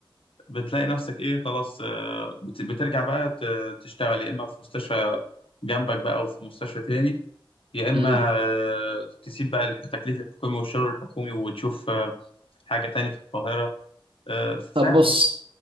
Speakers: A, on the left; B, on the right.
A: بتلاقي نفسك ايه خلاص آه، بت- بترجع بقى ت- تشتغل يا اما في مستشفى جنبك بقى او في مستشفى تاني يا اما
B: امم
A: آه، تسيب بقى الح- التكليف الحكومي والشغل الحكومي وتشوف آه، حاجة تاني في القاهرة آه، فاهم
B: طب بص